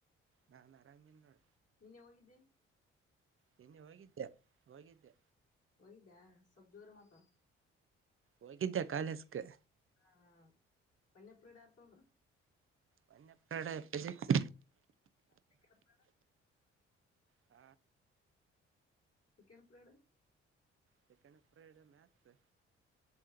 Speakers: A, on the right; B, on the left.
A: ನಾ ನಾ ಆರಾಮ ಇಲ್ಲ ನೋಡ
B: ನಿನ್ನೆ ಹೋಗಿದ್ದೆ
A: ನಿನ್ನೆ ಹೋಗಿದ್ದೆ ಹೋಗಿದ್ದೆ.
B: ಒಯದಾ ಸ್ವಲ್ಪ ಜೋರಾಗ ಮಾತಡು.
A: ಹೋಗಿದ್ದ್ಯಾ ಕಾಲೇಜಗೆ
B: ಹಾ ವನ್ನೆ ಪಿರಿಡ್ ಯಾರ್ ತಗೊಂಡರ
A: ವನ್ನೆ ಪಿರೇಡ್ ಫಿಸಿಕ್ಸ್
B: ಸೆಕೆಂಡ್ ಪಿರಿಯಡ್
A: ಹ
B: ಚಿಕನ್ ಪಿರೇಡ್
A: ಸೆಕಂಡ್ ಪಿರೇಡ್ ಮಾಥ್ಸ್